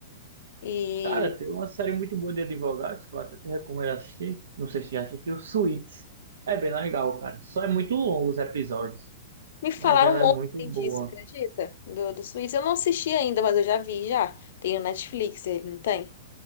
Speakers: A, on the left; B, on the right.
A: E
B: Cara, tem uma série muito boa de advogados que eu até te recomendo assistir. Não sei se já assistiu, Suits. É bem legal, cara. Só é muito longo os episódios,
A: me falaram
B: mas ela é
A: ontem
B: muito boa.
A: disso, acredita? Do, do Suíça. Eu não assisti ainda, mas eu já vi, já. Tem no Netflix, ele não tem?